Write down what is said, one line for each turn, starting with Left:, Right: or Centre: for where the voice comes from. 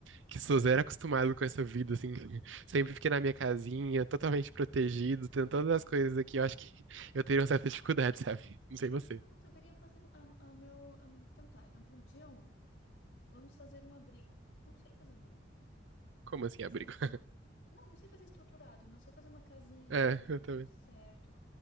Right: que sou zero acostumado com essa vida, assim, <laughs> sempre fiquei na minha casinha, totalmente protegido, tendo todas as coisas aqui, eu acho que eu teria uma certa dificuldade, <laughs> sabe? Não sei você.
Left: não, eu não saberia fazer a, a meu. a- então tá, então pro dia um, vamos fazer um abrigo. Não sei fazer abrigo.
Right: Como assim, abrigo?
Left: Assim, de
Right: <laughs>
Left: forma. Não, não sei fazer estruturado, não sei fazer uma casinha
Right: É,
Left: de um jeito
Right: eu também.
Left: certo.